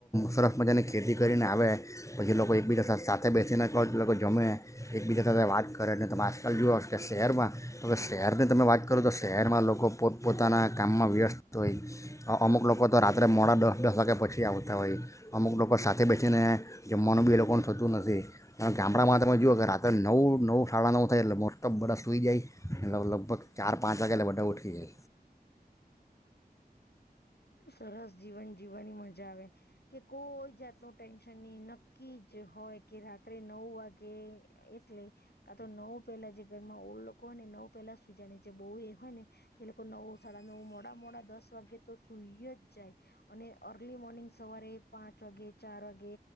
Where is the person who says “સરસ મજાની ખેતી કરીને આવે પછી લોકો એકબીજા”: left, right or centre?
Left